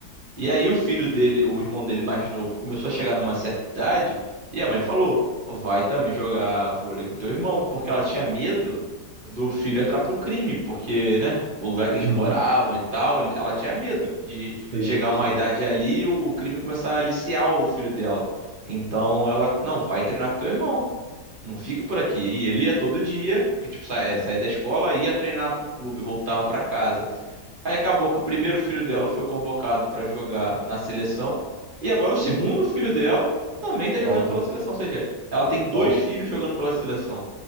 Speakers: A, on the right (about 35°); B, on the right (about 50°).
A: E aí o filho dele, o irmão dele mais novo, começou a chegar numa certa idade e a mãe falou: "Vai também jogar vôlei com teu irmão", porque ela tinha medo do filho entrar pro crime, porque, né, o lugar
B: Uhum,
A: que eles moravam e tal, ele- ela tinha medo de
B: sim,
A: chegar a
B: sim.
A: uma idade ali e o o crime começar a aliciar o filho dela. Então ela, não, vai treinar com teu irmão. Não fica por aqui. E ele ia todo dia, que tipo, saía, saía da escola, ia treinar pro clube, voltava pra casa. Aí acabou que o primeiro filho dela foi convocado pra jogar na seleção. E agora o segundo
B: Uhum,
A: filho dela também tá jogando
B: top.
A: pela seleção. Ou seja, ela tem dois
B: top.
A: filhos jogando pela seleção.